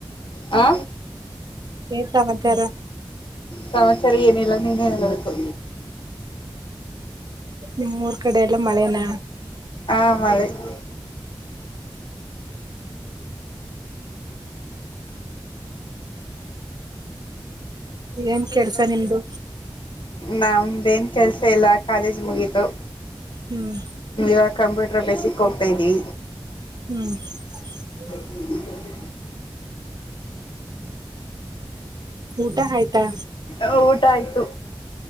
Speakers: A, on the left (about 70°); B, on the right (about 50°).
A: ಹಾ
B: ಏನ್ ಸಮಾಚಾರ
A: ಸಮ ಚಾರ ಏನಿಲ್ಲ ನೀನೆ ಹೇಳ್ಬೇಕು.
B: ನಿಮ್ಮೂರ್ ಕಡೆ ಎಲ್ಲ ಮಳೆನ
A: ಆ ಮಳೆ <inaudible> <inaudible> <unintelligible>
B: ಏನ್ ಕೆಲ್ಸ ನಿಮ್ದು
A: ನಮ್ದೇನ್ ಕೆಲ್ಸ ಇಲ್ಲ. ಕಾಲೇಜ್ ಮುಗೀತು.
B: ಹ್ಮ್
A: ನೀವ ಕಂಪ್ಯೂಟರ್ ಬೇಸಿಕ್ ಹೋಗ್ತಾದ್ದೀ.
B: <inaudible>
A: <inaudible>
B: ಊಟ ಆಯ್ತಾ.
A: ಹ ಊಟ ಆಯ್ತು.